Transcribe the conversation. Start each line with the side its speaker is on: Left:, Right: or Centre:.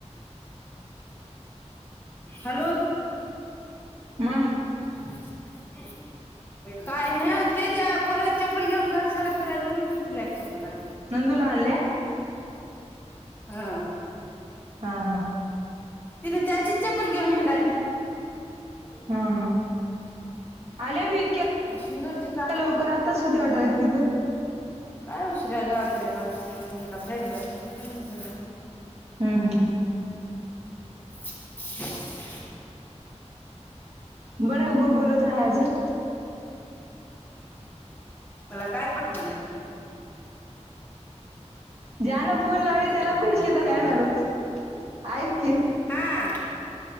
Left: हॅलो.
Right: मग
Left: <unintelligible> काय ह त त्या पोराची चप्पल ल घेऊन घर सारा फिरायलती म्हणून तिला एक चप्पल आणलं.
Right: नंदुला आणल्या.
Left: हा
Right: हा हा.
Left: तिने त्याची चप्पल घेऊन हिंडालती.
Right: हा हा आले बी इतक्यात क्या
Left: सिंदूरजीचा
Right: लवकरं आता. ऑर्डर आहे तिथं.
Left: कायं उशिरा आहे गावातल्या गावात मला बाहेर गावी काय
Right: हं हं
Left: <inaudible>
Right: बरं उगं बोलत राहायचं.
Left: मला काय पटल नाही.
Right: ज्यान
Left: बिना
Right: फोन लावले
Left: कामाचं
Right: त्याला
Left: उगच
Right: पैसे
Left: टाइम
Right: येतात काय ऐक की
Left: आ